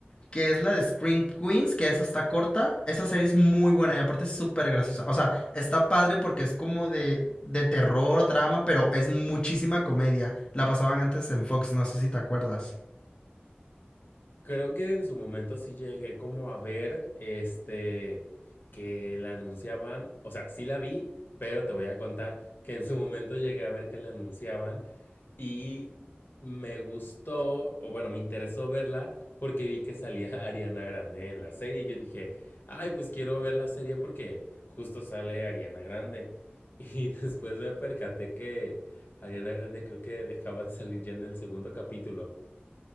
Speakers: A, on the left; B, on the left.
A: que es la de Scream Queens, que esa está corta. Esa serie es muy buena y aparte es súper graciosa. O sea, está padre porque es como de, de terror, drama, pero es muchísima comedia. La pasaban antes en Fox, no sé si te acuerdas.
B: Creo que en su momento sí llegué como a ver este que la anunciaban, o sea, sí la vi, pero te voy a contar que en su momento llegué a ver que la anunciaban y me gustó, o bueno, me interesó verla porque vi que salía <laughs> Ariana Grande en la serie y yo dije, ay, pues quiero ver la serie porque justo sale Ariana Grande. Y <laughs> después me percaté que Ariana Grande creo que dejaba de salir ya en el segundo capítulo.